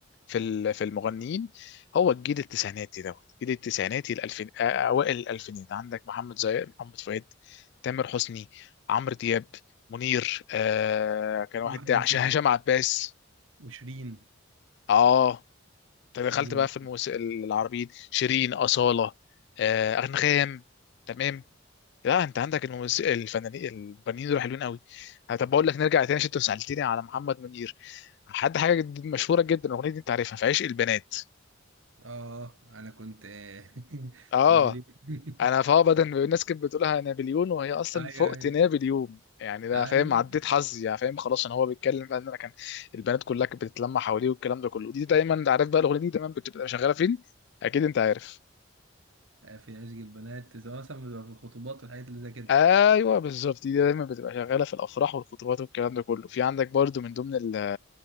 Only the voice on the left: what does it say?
في ال- في المغنيين هو الجيل التسعيناتي دوت الجيل التسعيناتي الالفين آه، اوائل الالفينات عندك محمد زي محمد فؤاد تامر حسني عمرو دياب منير آه كان
واحد
تاع-
هشام عباس
اه فدخلت
بقى
في الموسيقى العربيين شيرين أصالة آه، أنغام تمام لا انت عندك الموسيقى الفنانين الفنانين دول حلوين قوي طب بقول لك نرجع تاني عشان انت سألتني على محمد منير حد حاجه جد- مشهوره جدا الاغنيه دي انت عارفها في عشق البنات
اه
انا فا بدل ما الناس كانت بتقولها نابليون وهي اصلا
فوقتنا
باليوم يعني ده
فاهم عديت حظي يعني فاهم خلاص ان هو بيتكلم بقى ان انا كان البنات كلها كانت بتتلمع حواليه والكلام ده كله دي دايما انت عارف بقى الاغنيه دي دايما بتبقى شغاله فين اكيد انت عارف
ايوه بالظبط دي دايما بتبقى شغاله في الافراح والخطوبات والكلام ده كله في عندك برضو من ضمن ال-